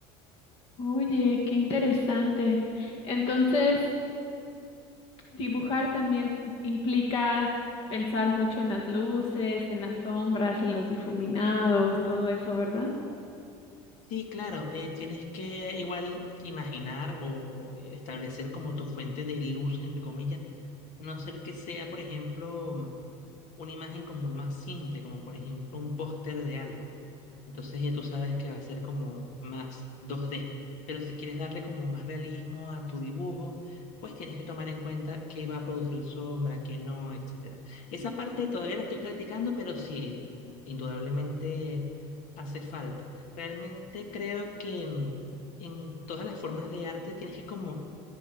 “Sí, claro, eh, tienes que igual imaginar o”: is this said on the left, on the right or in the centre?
Left